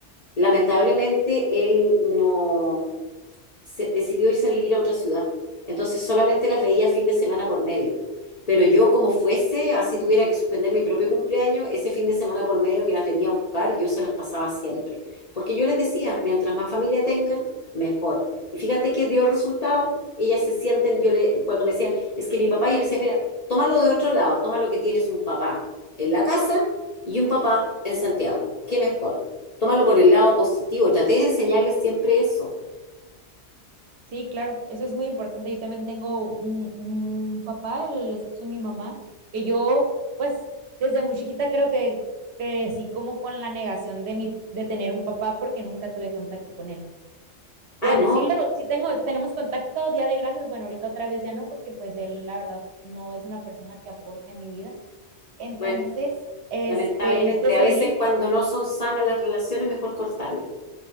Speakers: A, on the left (about 45°); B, on the right (about 70°).
A: lamentablemente él no, se, decidió irse a vivir a otra ciudad. Entonces solamente las veía fin de semana por medio. Pero yo como fuese, así tuviera que suspender mi propio cumpleaños, ese fin de semana por medio que las venía a buscar, yo se las pasaba siempre. Porque yo les decía, mientras más familia tengan, mejor. Y fíjate que dio resultado, ellas se sienten, yo le, cuando me decían, es que mi papá, yo le decía, mira, tómalo de otro lado, toma lo que tienes un papá en la casa y un papá en Santiago. ¿Qué mejor? Tómalo por el lado positivo. Traté de enseñarles siempre eso.
B: Sí, claro, eso es muy importante. Yo también tengo un, un papá, el esposo de mi mamá, que yo, pues, desde muy chiquita creo que crecí como con la negación de mi, de tener un papá porque nunca tuve contacto con él. Bueno,
A: Ah, no,
B: sí lo, sí tengo, tenemos contacto día de grandes, bueno, ahorita otra vez ya no, porque pues él, la verdad, no es una persona que aporte a mi vida. Entonces,
A: Bueno,
B: este,
A: lamentablemente,
B: decidí
A: a veces
B: por,
A: cuando no son sanas las relaciones, mejor cortarlas.